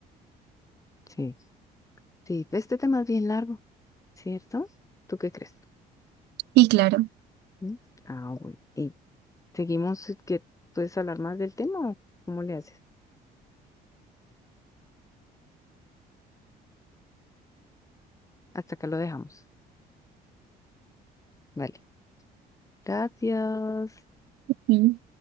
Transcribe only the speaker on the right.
Y claro,
Sí,